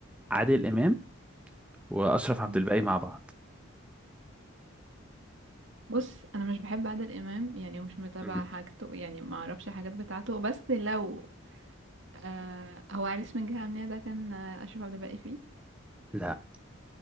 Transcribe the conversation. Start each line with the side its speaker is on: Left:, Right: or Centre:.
Centre: عادل امام واشرف عبد
Right: مم.
Centre: الباقي مع بعض
Right: بص انا مش بحب عادل امام يعني مش متابعه
Centre: مم.
Right: حاجته يعني ما اعرفش حاجات بتاعته بس لو آه هو عريس من جهه امنيه ده كان آه، اشرف عبد الباقي فيه
Centre: لا